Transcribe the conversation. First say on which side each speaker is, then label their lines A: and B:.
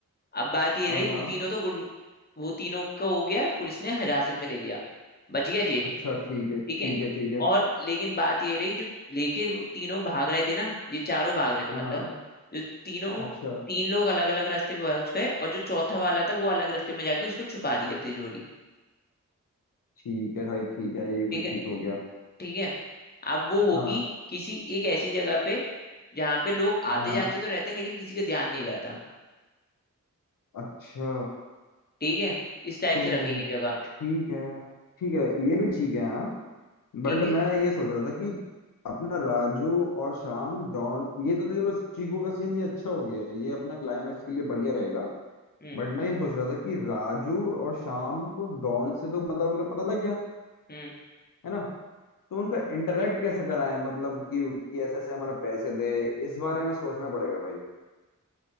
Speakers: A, on the left (about 30°); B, on the left (about 85°).
A: अब बात ये
B: हाँ
A: रही
B: हाँ,
A: वो तीनों तो गुंड वो तीनों का हो गया पुलिस ने हिरासत में ले लिया बच गया जे
B: अच्छा ठीक है
A: ठीक
B: ठीक
A: है
B: है ठीक है
A: और लेकिन बात ये रही जो लेके वो तीनों भाग रहे थे ना ये चारों भाग रहे थे
B: हाँ
A: मतलब जो तीनों
B: अच्छा
A: तीन लोग अलग अलग रास्ते पहुंच गए और जो चौथा वाला था वो अलग रास्ते में जाके उसको छुपा दिया तिजोरी
B: ठीक है भाई ठीक है ये
A: ठीक
B: भी
A: है।
B: ठीक हो गया
A: ठीक है अब वो होगी
B: हाँ
A: किसी एक ऐसी जगह पे जहां पे लोग
B: हाँ
A: आते जाते तो रहते हैं लेकिन किसी का ध्यान नहीं जाता
B: अच्छा
A: ठीक है इस टाइप
B: तो
A: से रखेंगे जगह
B: ठीक है ठीक है ये भी ठीक है हाँ बट
A: ठीक है
B: मैं ये सोच रहा था कि अपना राजू और श्याम डॉन ये तो चलो चीकू का सीन ये अच्छा हो गया है ये अपना क्लाइमैक्स के लिए बढ़िया रहेगा
A: हम्म
B: बट मैं ये सोच रहा था कि राजू और श्याम को डॉन से तो मतलब उनका पता लग गया
A: हम्म
B: है ना तो उनका इंटरेक्ट कैसे कराएं मतलब कि कि ऐसे ऐसे हमारे पैसे दे इस बारे में सोचना पड़ेगा भाई